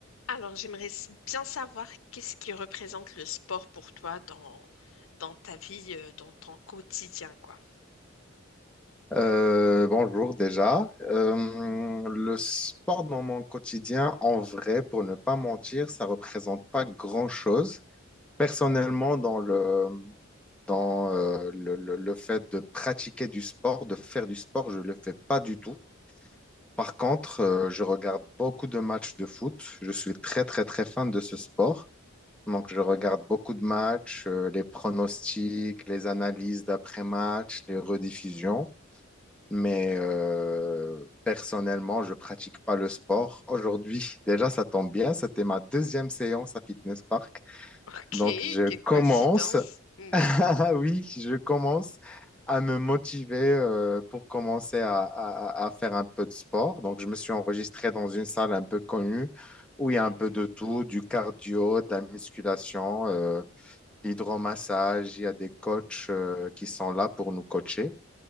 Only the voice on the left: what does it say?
Alors, j'aimerais s- bien savoir qu'est-ce qui représente le sport pour toi dans, dans ta vie, euh, dans ton quotidien, quoi.
Ok,
quelle coïncidence.
Oui,
oui.